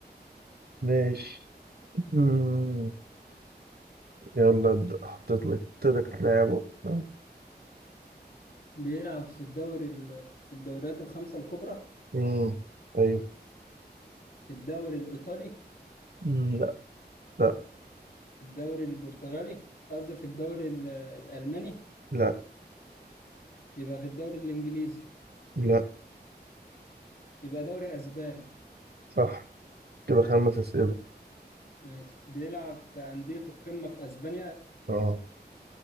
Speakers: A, on the right (about 65°); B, on the left (about 60°).
A: ماشي مم. يلا ابدأ حطيت لك حطيت لك لاعب أهو.
B: بيلعب في الدوري ال... في الدوريات الخمسة الكبرى
A: مم. أيوه
B: في الدوري الإيطالي
A: مم. لا لا
B: في الدوري البرتغالي قصدي في الدوري ال... الألماني
A: لا
B: يبقى في الدوري الإنجليزي
A: لا
B: يبقى دوري أسباني
A: صح كده خمس أسئلة
B: ماشي بيلعب في أندية القمة في أسبانيا
A: اه